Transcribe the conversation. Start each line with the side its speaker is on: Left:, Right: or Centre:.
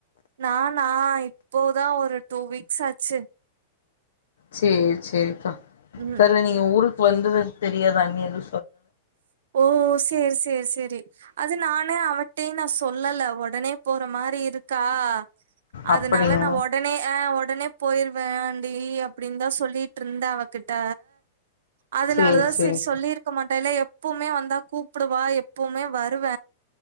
Right: நானா இப்போதா ஒரு டூ வீக்ஸ் ஆச்சு
Left: செர் செர்க்கா
Right: ம்
Left: தெரல நீங்க ஊருக்கு வந்தது எனக் தெரியாதா அன்னி எது
Right: ஓ செரி செரி செரி அது நானு அவட்டையும் நா சொல்லல உடனே மாரி இருக்கா அதனால
Left: அப்படியா
Right: நா ஒடனே ஆ ஒ டனே போயிருவ டி அப்டின்னு தா சொல்லிட் ருந்த அவகிட்ட அதனாலதா
Left: சேரி சேரி
Right: செரி சொல்லிருக்க மா இல்ல எப்பவுமே வந்தா கூப்பிடுவா எப்பவுமே வருவ